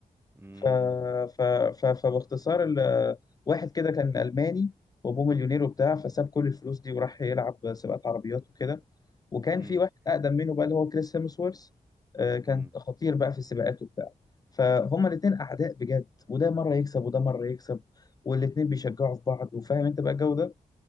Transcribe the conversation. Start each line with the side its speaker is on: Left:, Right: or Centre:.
Right: امم
Left: ف... ف... ف... فباختصار ال... واحد كده كان ألماني وأبوه مليونير وبتاع فساب كل الفلوس دي وراح يلعب سباقات عربيات وكده وكان
Right: امم
Left: في واحد أقدم منه بقى اللي هو كريس هيمسورث آه، كان
Right: امم
Left: خطير بقى في السباقات وبتاع فهما الاتنين أعداء بجد وده مرة يكسب وده مرة يكسب والاتنين بيشجعوا في بعض وفاهم أنت بقى الجو ده